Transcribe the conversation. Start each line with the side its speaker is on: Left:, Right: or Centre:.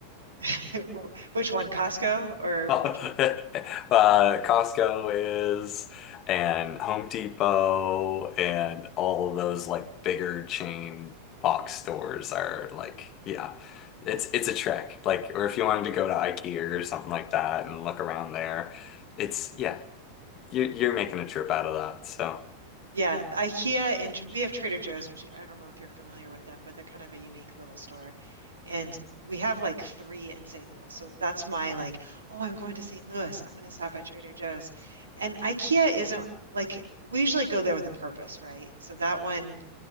Right: <laughs> Which one, Costco or
Left: <laughs> Uh,
Right: which one?
Left: Costco is, and Home Depot, and all of those like bigger chain box stores are like, yeah, it's it's a trek. Like, or if you wanted to go to IKEA or something like that and look around there, it's yeah, you're you're making a trip out of that. So
Right: Yeah, IKEA and we have Trader Joe's, which I don't know if you're familiar with them, but they're kind of a unique little store. And we have like three in St. Louis. So that's my like, oh, I'm going to St. Louis. I'm going to stop at Trader Joe's. And IKEA isn't like we usually go there with a purpose, right? So that one